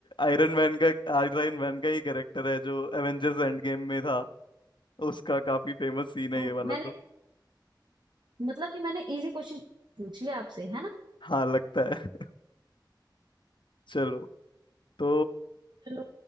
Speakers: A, on the left; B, on the right.
A: आयरन मैन का आयरन मैन का ही कैरेक्टर है जो एवेंजर्स एंड गेम में था उसका काफी फेमस सीन है
B: ओ,
A: ये वाला
B: मैंने
A: तो
B: मतलब कि मैंने इजी क्वेश्चन पूछ लिया आपसे है ना
A: हाँ लगता है <laughs> चलो तो
B: चलो